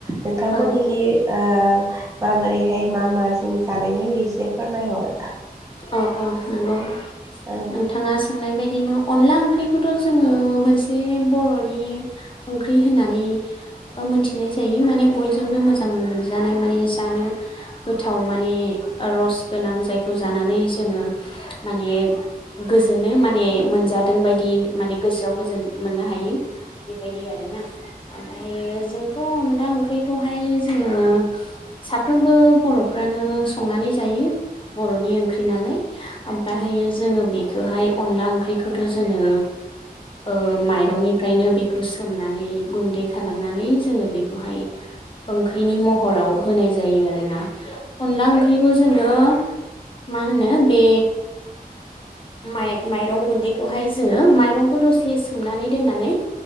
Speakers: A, on the right; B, on the left.
A: नोंथांमोननिखि
B: औ
A: ओ माबोरैहाय मा मा जों जानाय जायो एसे फोरमायहर।
B: अ अ नंगौ
A: औ
B: नोंथाङा सोंनाय बायदिनो अनला ओंख्रिखौथ' जोङो मोनसे बर'नि ओंख्रि होननानै ओ मोनथिनाय जायो माने बयजोंबो मोजां मोनजानाय माने जानो गोथाव माने रस गोनां जायखौ जानानै जोङो माने गोजोनो‌ माने मोनजा दों बायदि माने गोसोआव गोजोन मोननो हायो बेबायदि आरोना ओमफायो जों थ' अनदां ख्रिखौहाय जोङो साफ्रोमबो बर'फ्रानो संनानै जायो। बर'नि ओंख्रि नालाय ओमफ्रायहायो
A: औ
B: जोङो बे खोहाय अनला ओंख्रिखौथ' जोङो ओ माइरंनिफ्रायनो बेखौ सोमनानै गुन्दै खालामनानै जोङो बेखौहाय ओंख्रिनि महराव होनाय जायो आरोना अनला ओंख्रिखौ जोंङो मा होनो बे माइ-माइरं गुन्दैखौहाय जोंङो माइरंखौ दसे सोमनानै दोननानै